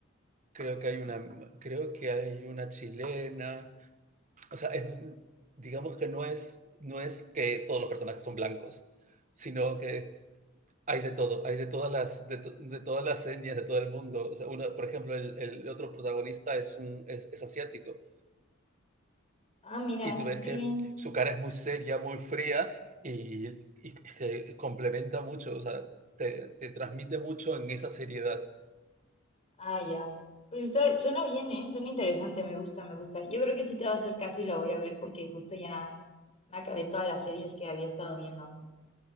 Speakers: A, on the right; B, on the left.
A: creo que hay una, creo que hay una chilena. O sea, es, digamos que no es, no es que todos los personajes son blancos, sino que Hay de todo, hay de todas las, de to- de todas las etnias, de todo el mundo. O sea, uno, por ejemplo, el, el otro protagonista es, un, es, es asiático
B: Ah, mira,
A: y tú ves
B: qué
A: que
B: bien.
A: su cara es muy seria, muy fría y, y que complementa mucho, o sea, te, te transmite mucho en esa seriedad.
B: Ah, ya. Pues está- suena bien, ¿eh? Suena interesante, me gusta, me gusta. Yo creo que sí te va a hacer caso y la voy a ver porque justo ya me acabé todas las series que había estado viendo.